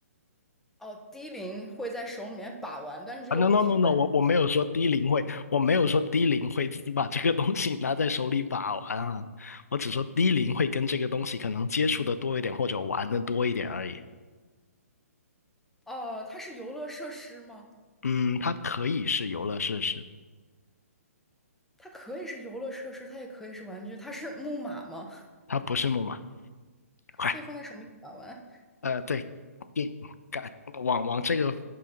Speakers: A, in the centre; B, on the left.
A: 哦，低龄会在手里面把玩，但是这个物体本，
B: 啊，no no no no，我我没有说低龄会，我没有说低龄会把这个东西拿在手里把玩啊，我只说低龄会跟这个东西可能接触的多一点，或者玩的多一点而已。
A: 哦，它是游乐设施吗？
B: 嗯，它可以是游乐设施，
A: 它可以是游乐设施，它也可以是玩具。它是木马吗？
B: 它不是木马。快，
A: 可以放在手里面把玩。
B: 呃，对，对，改往往这个